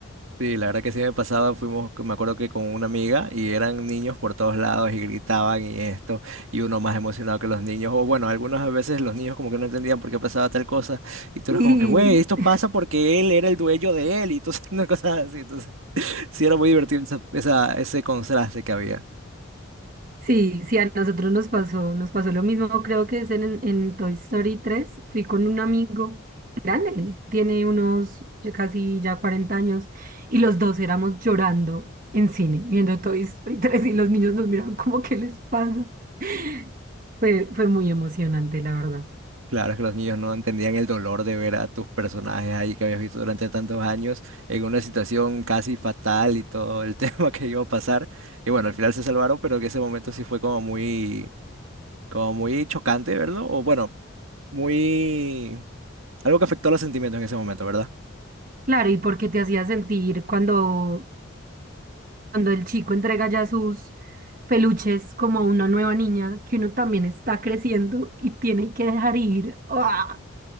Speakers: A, on the right (about 80°); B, on the right (about 40°).
A: Sí, la verdad que sí me pasaba, fuimos, me acuerdo que con una amiga y eran niños por todos lados y gritaban y esto, y uno más emocionado que los niños, o bueno, algunas veces los niños como que no entendían por qué pasaba tal cosa, y tú
B: <laughs>
A: eras como que, güey, esto pasa porque él era el dueño de él, y entonces, <laughs> una cosa así, entonces, sí era muy divertido esa, esa- ese contraste que había.
B: Sí, sí, a nosotros nos pasó, nos pasó lo mismo, creo que es en, en Toy Story tres. fui con un amigo grande, él tiene unos ya casi ya 40 años, y los dos éramos llorando en cine, viendo Toy Story tres y los niños nos miraban como, ¿qué les pasa? <laughs> Fue, fue muy emocionante, la verdad.
A: Claro, es que los niños no entendían el dolor de ver a tus personajes ahí que habías visto durante tantos años en una situación casi fatal y todo el <laughs> tema que iba a pasar. Y bueno, al final se salvaron, pero que ese momento sí fue como muy, como muy chocante verlo, o bueno, muy... algo que afectó los sentimientos en ese momento, ¿verdad?
B: Claro, ¿y por qué te hacía sentir cuando, cuando el chico entrega ya sus peluches como a una nueva niña, que uno también está creciendo y tiene que dejar ir. ¡Ah!